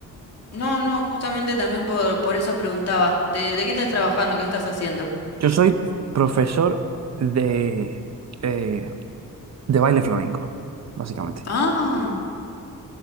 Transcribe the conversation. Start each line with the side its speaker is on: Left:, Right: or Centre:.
Left: No, no, justamente también por, por eso preguntaba. ¿De, de qué estás trabajando? ¿Qué estás haciendo?
Right: Yo soy profesor de, eh, de baile flamenco, básicamente.
Left: Ah,